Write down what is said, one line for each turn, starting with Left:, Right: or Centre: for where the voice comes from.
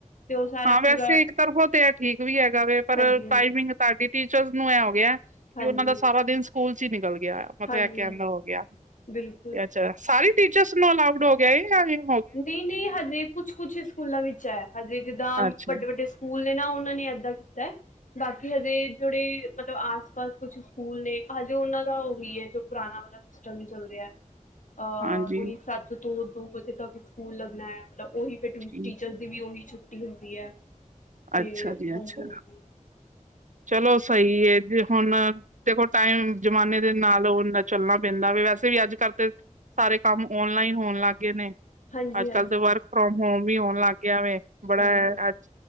Left: ਤੇ ਉਹ ਸਾਰਾ
Right: ਹਾਂ ਵੈਸੇ
Left: ਪੂਰਾ
Right: ਇੱਕ ਤਰਫੋਂ ਤੇ ਐ ਠੀਕ ਵੀ ਹੈਗਾ ਵੇ ਪਰ
Left: ਹਾਂਜੀ ਹਾਂਜੀ
Right: ਟਾਈਮਿੰਗ ਤਾਡੀ ਟਿ ਚਜ਼ ਨੂੰ ਐਹ ਹੋ ਗਿਆ ਕਿ
Left: ਹਾਂਜੀ
Right: ਓਨਾ ਦਾ ਸਾਰਾ ਦਿਨ ਸਕੂਲ ਚ ਨਿਕਲ ਗੇਆ ਮਤਬ
Left: ਹਾਂਜੀ
Right: ਐ ਕੈਨ
Left: ਹਾਂਜੀ
Right: ਦਾ ਹੋ ਗਿਆ,
Left: ਬਿਲਕੁਲ
Right: ਤੇ ਅੱਛਾ ਸਾਰੀ ਟੀਚਰਸ ਨੂੰ ਅਲਾਓਡ ਹੋ ਗੇਆ ਏ <unintelligible>
Left: ਨਈ ਨਈ ਹਜੇ ਕੁਛ ਕੁਛ ਸਕੂਲਾਂ ਵਿੱ ਚ ਐ। ਹਜੇ ਜਿੱਦਾਂ
Right: ਅੱਛਾ,
Left: ਵੱਡੇ ਵੱਡੇ ਸਕੂਲ ਸਕੂਲੇ ਨਾ ਓਨਾਂ ਨੇ ਏਦਾਂ ਕੀਤੈ, ਬਾਕੀ ਹਜੇ ਜਿੜੇ ਮਤਲਬ ਆਸ-ਪਾਸ ਕੁਛ ਸਕੂਲ ਨੇ ਹਜੇ ਓਨਾਂ ਦਾ ਓਹ ਹੀ ਹੈ ਜੋ ਪੁਰਾਣਾ ਵਾਲਾ ਸਿਸਟਮ ਹੀ ਚਲ ਰਿਹਾ। ਅਹ
Right: ਹਾਂਜੀ
Left: ਓਹੀ ਸੱਤ ਤੋਂ ਦੋ ਵਜੇ ਤੱਕ ਸਕੂਲ ਲੱਗਣਾ ਐ ਮਲਬ ਓਹੀ ਫਿਰ
Right: ਠੀਕ
Left: ਟੀਚਰ
Right: ਹੈ,
Left: ਦੀ ਵੀ ਉਹੀ ਛੁ ਛੁਟੀ ਹੁੰਦੀ ਐ। ਤੇ,
Right: ਅੱਛਾ ਜੀ
Left: ਹਾਂਜੀ
Right: ਅੱਛਾ।
Left: ਹਾਂਜੀ।
Right: ਚਲੋ ਸਹੀ ਐ ਫਿਰ ਹੁਨ ਦੇਖੋ ਟਾਈਮ ਜ਼ਮਾਨੇ ਦੇ ਨਾਲ ਓਨ ਚੱਲਣਾ ਪੈਂਦਾ ਵੇ, ਵੈਸੇ ਵੀ ਅੱਜ-ਕੱਲ ਤੇ ਸਾਰੇ ਕੰਮ ਓਨਲਾਈਨ ਹੋਣ ਲੱਗ ਗਏ ਨੇ।
Left: ਹਾਂਜੀ-ਹਾਂਜੀ-ਹਾਂਜੀ
Right: ਅੱਜ-ਕੱਲ ਤਾਂ ਵਰਕ ਫਰੋਮ ਹੋਮ ਵੀ ਹੋਣ ਲੱਗ ਗਿਆ ਵੇ, ਬੜਾ
Left: ਬਿਲਕੁਲ
Right: ਅੱ